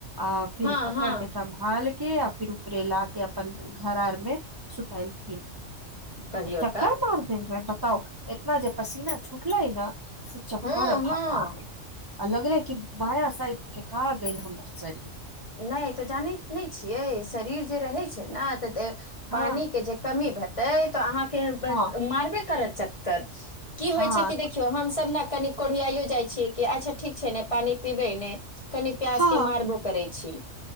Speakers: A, on the right; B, on the left.
A: आ फिर
B: हँ
A: पकड़
B: हँ
A: केँ सब मलिक आ फिर ऊपरे ला के अपन घर आर मे सुतेलखिन।
B: कहियौ
A: चक्कर
B: तऽ
A: मार दे रह बताउ एतना जे पसीना छुटलेै न से चक्कर
B: हँ
A: भा
B: हँ
A: आगेल। आ लगले कि बाया साइड फेका गेल हमर शरीर।
B: नहि तऽ जानैत नहि छियै शरीर जे रहै छैय न तऽ
A: हँ
B: पानी केँ जे कमी भैतै तऽ अहाँकेँ
A: हँ
B: मारबे करत चत्कर की होइ
A: हँ
B: छैय कि
A: तऽ
B: देखियौ हमसभ न कनि कोढ़ियाइयो जाइ छियै कि अच्छ ठीक छैय ने पानी पीबै नइ। कनि प्यास
A: हँ
B: केँ मारबो करै अछि।